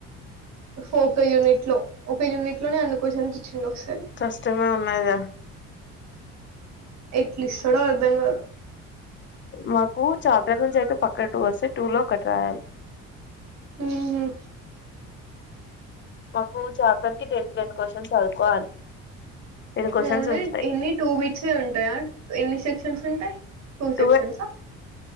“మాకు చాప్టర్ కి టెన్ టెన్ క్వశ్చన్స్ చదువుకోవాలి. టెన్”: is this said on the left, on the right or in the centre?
Left